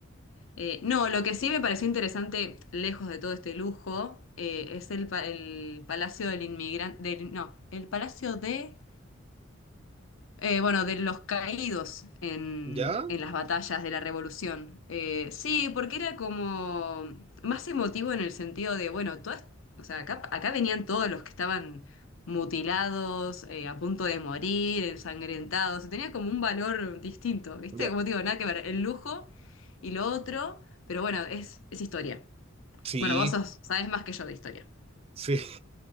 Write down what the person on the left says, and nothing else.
Eh, no, lo que sí me pareció interesante, lejos de todo este lujo, eh, es el, pa- el Palacio del Inmigrante, del, no, el Palacio de eh, bueno, de los caídos en,
en las batallas de la Revolución. Eh, sí, porque era como más emotivo en el sentido de, bueno, todas, o sea, acá, acá venían todos los que estaban mutilados, eh, a punto de morir, ensangrentados, tenía como un valor distinto, ¿viste?
Como te digo, nada que ver, el lujo y lo otro, pero bueno, es, es historia.
Bueno, vos sos- sabés más que yo de historia.